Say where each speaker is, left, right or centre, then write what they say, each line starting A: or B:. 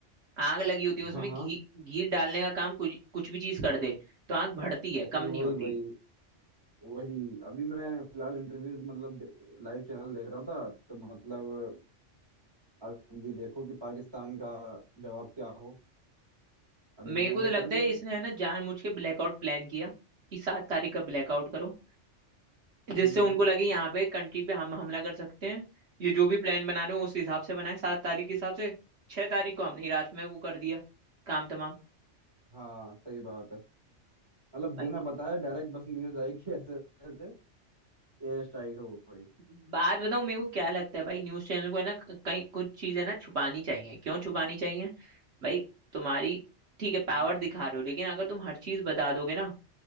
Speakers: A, on the right (about 65°); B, on the right (about 20°).
A: आग लगी होती है उसमें
B: हाँ हाँ
A: घी घी डालने का काम कुछ कुछ भी चीज कर दे तो आग बढ़ती है कम
B: वही
A: नहीं होती
B: वही वही अभी मैं फिलहाल इंटरव्यू मतलब लाइव चैनल देख रहा था तो मतलब अब ये देखो कि पाकिस्तान का जवाब क्या हो अब
A: मेरे
B: इंडिया
A: को
B: ने
A: तो
B: तो
A: लगता
B: कर दिया
A: है
B: है
A: इसने है ना जानबूझ के ब्लैकआउट प्लान किया कि सात तारीख का ब्लैकआउट करो जिससे
B: हम्म
A: उनको लगे यहाँ पे कंट्री पे हम हमला कर सकते हैं ये जो भी प्लान बना रहे हो उस हिसाब से बनाए सात तारीख के हिसाब से छह तारीख को हमने ही रात में वो कर दिया काम तमाम
B: हाँ सही बात है मतलब
A: भाई,
B: बिना बताए डायरेक्ट बस न्यूज आई कि ऐसे ऐसे एयर स्ट्राइक हो गई
A: बात बताऊं मेरे को क्या लगता है भाई न्यूज चैनल को है ना क- कई कुछ चीजें ना छुपानी चाहिए क्यों छुपानी चाहिए भाई तुम्हारी ठीक है
B: क्यों
A: पावर दिखा रहे हो लेकिन अगर तुम हर चीज बता दोगे ना